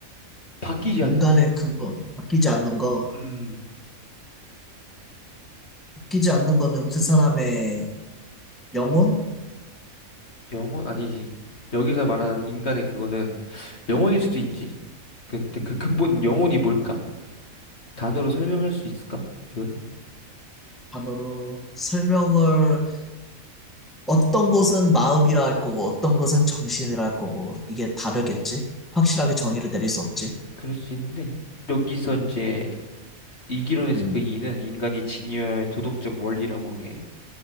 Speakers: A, on the left; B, in the centre.
A: 바뀌지
B: 인간의
A: 않는 거야.
B: 근본, 바뀌지
A: 음.
B: 않는 거.
A: 음.
B: 바뀌지 않는 거는 그 사람의 영혼?
A: 음. 영혼 아니지. 여기서 말하는 인간의 그거는 영혼일 수도 있지.
B: 음,
A: 그, 근데
B: 음.
A: 그 근본 영혼이 뭘까? 단어로 설명할 수 있을까? 이거를?
B: 단어로 설명을, 어떤 것은 마음이라 할 거고, 어떤 것은 정신이라 할 거고, 이게 다르겠지? 확실하게 정의를 내릴 수 없지?
A: 그럴 수 있는데 여기서 이제 이기론에서
B: 음,
A: 그 이는 인간이 지녀야 할 도덕적 원리라고 그래.